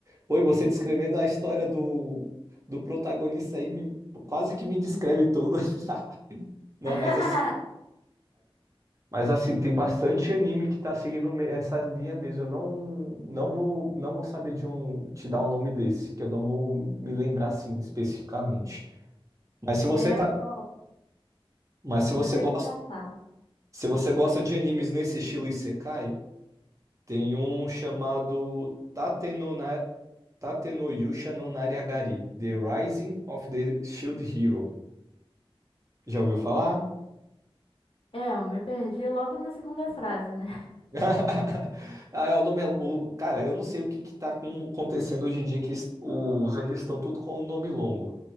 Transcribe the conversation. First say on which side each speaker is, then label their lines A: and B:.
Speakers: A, on the right; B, on the left.
A: Pô, e você descrevendo a história do, do protagonista aí, me- quase que me descreve tudo. <laughs> Não,
B: <laughs>
A: mas assim. Mas assim, tem bastante anime que tá seguindo me- essa linha mesmo. Eu não, não vou, não vou saber de um te dar o nome desse, que eu não vou me lembrar assim especificamente. Mas se você
B: É,
A: tá,
B: eu vou,
A: mas se
B: vou
A: você
B: ter
A: gosta,
B: que caçar.
A: se você gosta de animes nesse estilo Isekai, tem um chamado Tate no Na- Tate no Yusha no Nariagari, The Rising of the Shield Hero. Já ouviu falar?
B: É, eu me perdi logo na segunda frase, né?
A: <laughs> Ah, é o nome. é, O, cara, eu não sei o que que tá com- acontecendo hoje em dia, que es- os animes estão tudo com nome longo.